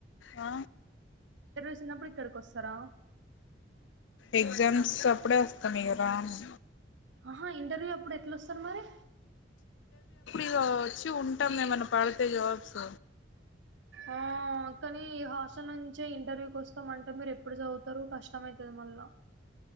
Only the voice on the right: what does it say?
వచ్చినపుడు ఇక్కడికి వస్తారా,
ఆహా ఇంటర్వ్యూ అప్పుడు ఎట్లా వస్తారు, మరి
ఆ కానీ హాస్టల్ నుంచే ఇంటర్వ్యూకి వస్త అంట మీరు ఎప్పుడు చదువుతారు కష్టం అయితది మళ్ళా,